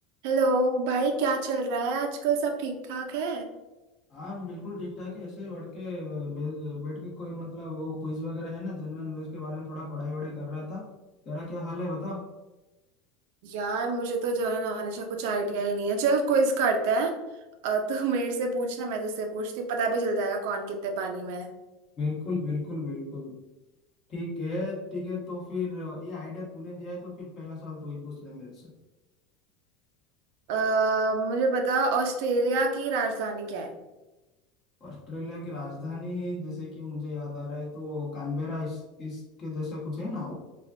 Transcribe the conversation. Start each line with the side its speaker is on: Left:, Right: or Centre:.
Right: Hello भाई क्या चल रहा है आजकल सब ठीक ठाक है
Left: हाँ बिल्कुल ठीक ठाक है ऐसे ही बढ़ के बे- बैठ के कोई मतलब वो क्विज वगैरह है ना जनरल नॉलेज के बारे में थोड़ा पढ़ाई वढ़ाई कर रहा था तेरा क्या हाल है बता
Right: यार मुझे तो जो है ना हमेशा कुछ आइडिया ही नहीं है चल क्विज करते हैं अ, तू मेरे से पूछना मैं तुझसे पूछती हूँ पता भी चल जाएगा कौन कितने पानी में है
Left: बिल्कुल बिल्कुल बिल्कुल ठीक है ठीक है तो फिर ये आइडिया तूने दिया है तो फिर पहला सवाल तू ही पूछ ले मेरे से
Right: अ, मुझे बता ऑस्ट्रेलिया की राजधानी क्या है
Left: ऑस्ट्रेलिया की राजधानी जैसे कि मुझे याद आ रहा है तो कानबेरा इस इसके जैसा कुछ है ना वो